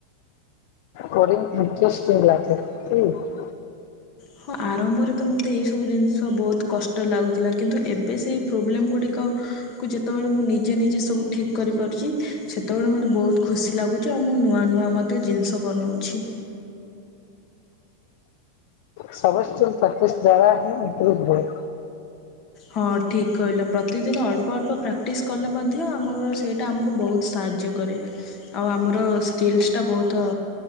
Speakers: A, on the left (about 45°); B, on the left (about 30°).
A: କୋରିଙ୍ଗି ଇଷ୍ଟ୍ରେଷ୍ଟିକ୍ ଲାଗେନି ହୁଁ।
B: ହଁ ଆରମ୍ଭରେତ ମୋତେ ଏଇସବୁ ଜିନିଷ ବହୁତ୍ କଷ୍ଟ ଲାଗୁଥିଲା କିନ୍ତୁ ଏବେ ସେଇ ପ୍ରୋବ୍ଲେମ୍ ଗୁଡ଼ିକ କୁ ଯେତେବେଳେ ମୁଁ ନିଜେ ନିଜେ ସବୁ ଠିକ୍ କରିପାରୁଚି ସେତେବେଳେ ମୋତେ ବହୁତ୍ ଖୁସି ଲାଗୁ ଚି ଆଉମୁ ନୂଆ ନୂଆ ମଧ୍ୟ୍ୟ ଜିନିଷ ବନଉଛି।
A: ସମସ୍ତଙ୍କୁ ପ୍ରେକ୍ଟିସ୍ ଦ୍ଵାରାହି ଇମ୍ପ୍ରୋଭେ ରୁହେ।
B: ହଁ ଠିକ୍ କହିଲ ପ୍ରତିଦିନ ଅଳ୍ପ ଅଳ୍ପ ପ୍ରାକ୍ଟିସ୍ କଲେ ମଧ୍ୟ ଆମର ସେଇଟା ଆମକୁ ବହୁତ୍ ସାହାଯ୍ୟ କରେ ଆଉ ଆମର ସ୍କିଲ୍ସଟା ବହୁତ